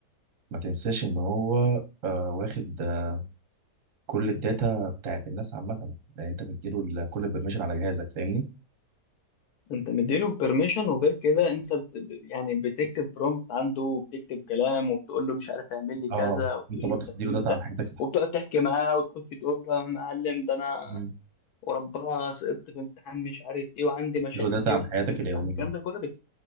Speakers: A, on the right; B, on the left.
A: ما تنساش ان هو آه واخد آه، كل الداتا بتاعت الناس عامه ده انت بتديله ال- كل البرميشن على جهازك فاهمني
B: انت مديله بيرميشن وغير كده انت بت... يعني بتكتب برومبت عنده وبتكتب كلام وبتقول له مش عارف اعمل لي كذا
A: اه
B: وبتقول
A: انت برضه
B: له انت
A: بتديله
B: فاهم انت
A: داتا عن حياتك الح...
B: وبتقعد تحكي معاه وتخش تقول له يا معلم ده انا
A: مم.
B: وربنا سقطت في امتحان مش عارف ايه وعندي مشاكل
A: بتديله داتا
B: ايه
A: عن حياتك
B: انت
A: اليوميه
B: فاهم الكلام ده كله بيت...